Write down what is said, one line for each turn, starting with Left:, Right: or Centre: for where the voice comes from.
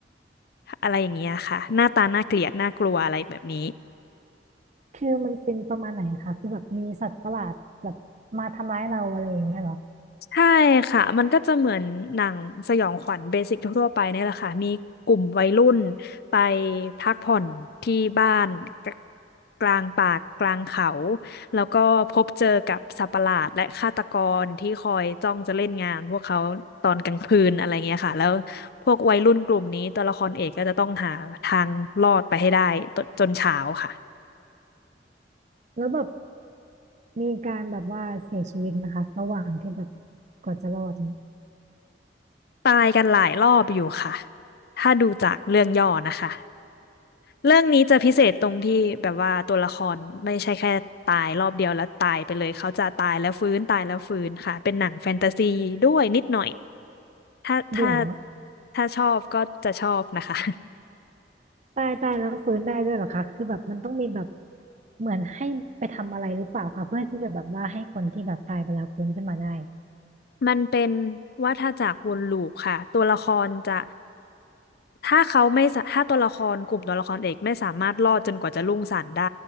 Left: อะไรอย่างเงี้ยค่ะหน้าตาน่าเกลียดน่ากลัวอะไรแบบนี้
Right: คือมันเป็นประมาณไหนคะคือแบบมีสัตว์ประหลาดแบบมาทำร้ายเราอะไรอย่างเงี้ยเหรอ
Left: ใช่ค่ะมันก็จะเหมือนหนังสยองขวัญเบสิกทั่วๆไปเนี่ยแหละค่ะมีกลุ่มวัยรุ่นไปพักผ่อนที่บ้านกกลางป่ากลางเขาแล้วก็พบเจอกับสัตว์ประหลาดและฆาตกรที่คอยจ้องจะเล่นงานพวกเขาตอนกลางคืนอะไรเงี้ยค่ะแล้วพวกวัยรุ่นกลุ่มนี้ตัวละครเอกก็จะต้องหาทางรอดไปให้ได้ตจนเช้าค่ะ
Right: แล้วแบบมีการแบบว่าเสียชีวิตนะคะระหว่างที่แบบกว่าจะรอดเนี่ย
Left: ตายกันหลายรอบอยู่ค่ะ ถ้าดูจากเรื่องย่อนะคะเรื่องนี้จะพิเศษตรงที่แบบว่าตัวละครไม่ใช่แค่ตายรอบเดียวแล้วตายไปเลยเขาจะตายแล้วฟื้นตายแล้วฟื้นค่ะเป็นหนังแฟนตาซีด้วยนิดหน่อยถ้าถ้า
Right: เดี๋ยว
Left: ถ้าชอบก็จะชอบนะคะ
Right: ตายตายแล้วฟื้นได้ด้วยเหรอคะคือแบบมันต้องมีแบบเหมือนให้ไปทำอะไรหรือเปล่าคะเพื่อที่จะแบบว่าให้คนที่แบบตายไปแล้วฟื้นขึ้นมาได้
Left: มันเป็นวัฏจักรวนลูปค่ะตัวละครจะถ้าเขาไม่สะถ้าตัวละครกลุ่มตัวละครเอกไม่สามารถรอดจนกว่าจะรุ่งสางได้